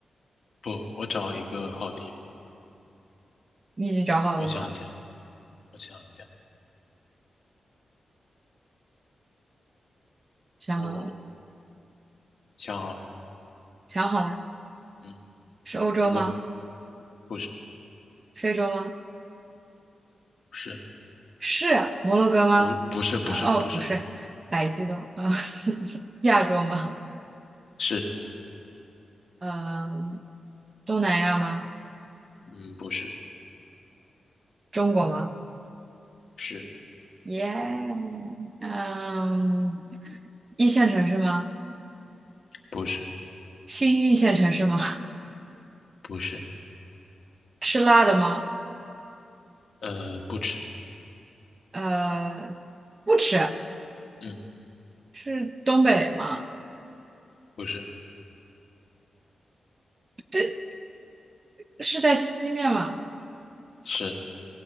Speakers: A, on the left; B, on the right.
A: 不，我找一个好地方，
B: <laughs> 你已经找好了吗？
A: 我想一想，我想一想，
B: 想好了，
A: 我想好了，
B: 想好了，
A: 嗯，
B: 是欧洲吗？
A: 你问吧。不是，
B: 非洲吗？
A: 不是，
B: 是啊摩洛哥吗？
A: 不，不是，不是，
B: 啊、哦，
A: 不是，
B: 不是，打激动啊，<laughs> 亚洲吗？
A: 是，
B: 嗯、东南亚吗？
A: 嗯，不是，
B: 中国吗？
A: 是，
B: 耶、嗯，一线城市吗？
A: 不是，
B: 新一线城市吗？
A: 不是，
B: 吃辣的吗？
A: 呃，不吃，
B: 呃，不吃，
A: 嗯，
B: 是东北吗？
A: 不是，
B: 对，是在西面吗？
A: 是，